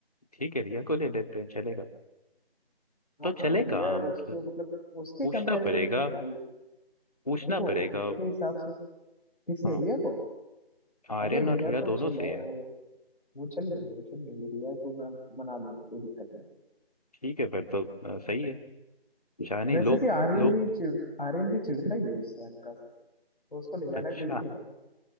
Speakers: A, on the left (about 40°); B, on the left (about 55°).
A: ठीक है रिया को ले लेते हैं चलेगा
B: हाँ
A: तो
B: हाँ
A: चलेगा
B: रिया
A: मतलब
B: उसके मतलब उसके
A: पूछना
B: कंपैरेटिव
A: पड़ेगा
B: में तो भाई
A: पूछना
B: देखो
A: पड़ेगा
B: मेरे हिसाब से किससे
A: हाँ
B: रिया को
A: आर्यन
B: अरे रिया
A: और रिया
B: तो
A: दोनों
B: चिल
A: से
B: है
A: है
B: वो वो चल लेगी वो चल लेगी रिया को मैं मना लूंगा कोई दिक्कत नहीं
A: ठीक है फिर तो अ, सही है जाने
B: वैसे
A: लोग
B: भी आर्यन
A: लोग
B: भी चिढ़ आर्यन भी चिढ़ता ही है उससे अनका से तो उसको ले जाना
A: अच्छा
B: ठीक नहीं रहेगा